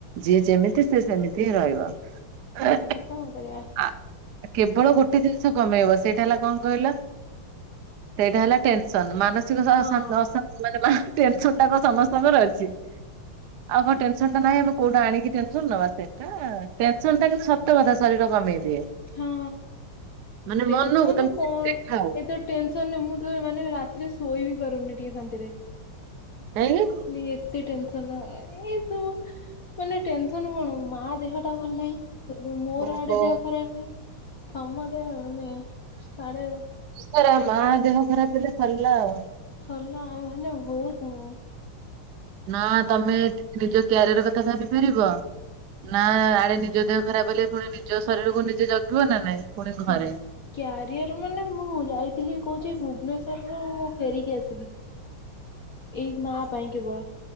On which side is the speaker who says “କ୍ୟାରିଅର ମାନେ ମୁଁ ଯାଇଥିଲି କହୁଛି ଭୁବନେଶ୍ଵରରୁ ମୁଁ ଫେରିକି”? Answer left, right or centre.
Left